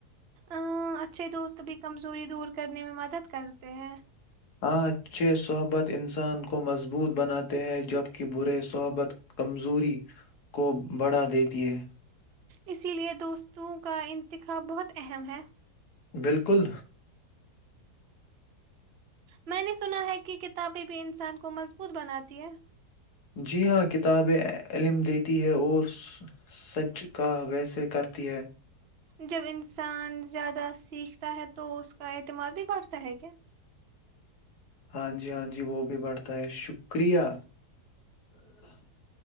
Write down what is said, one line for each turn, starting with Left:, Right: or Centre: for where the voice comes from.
Right: ا اچھے دوست بھی کمزوری دور کرنے میں مدد کرتے ہیں
Left: آاں اچھے صحبت انسان کو مضبوط بناتے ہیں جبک برے صحبت کمزوری کو بڑھا دیتی ہے
Right: اسی لیے دوستوں کا انتخاب بہت اہم ہے
Left: بالکل
Right: میں نے سنا ہے کہ کتابیں بھی انسان کو مضبوط بناتی ہیں
Left: جی ہاں کتابیں علم دیتی ہے اور سچ کا ویسے کرتی ہے
Right: جب انسان زیادہ سیکھتا ہے تو اس کا اعتماد بھی بڑھتا ہے کیا؟
Left: ہاں جی ہاں جی وہ بھی بڑھتا ہے شکریہ۔۔